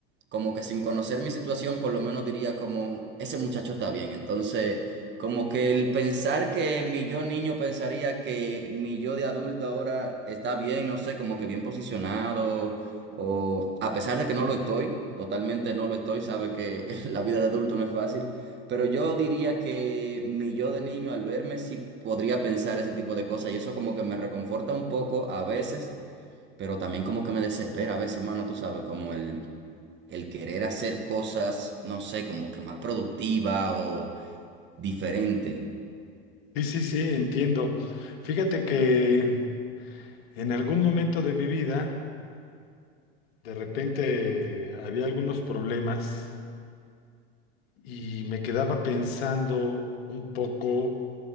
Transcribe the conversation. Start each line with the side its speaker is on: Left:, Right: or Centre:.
Right: como que sin conocer mi situación, por lo menos diría como, ese muchacho está bien. Entonces, como que el pensar que mi yo niño pensaría que mi yo de adulto ahora está bien, no sé, como que bien posicionado, o a pesar de que no lo estoy, totalmente no lo estoy, sabe que <laughs> la vida de adulto no es fácil. Pero yo diría que mi yo de niño al verme sí podría pensar ese tipo de cosas y eso como que me reconforta un poco a veces pero también como que me desespera a veces, mano, tú sabes, como el, el querer hacer cosas, no sé, como que más productiva o diferente.
Left: sí, sí, sí, entiendo. Fíjate que en algún momento de mi vida, de repente había algunos problemas y me quedaba pensando un poco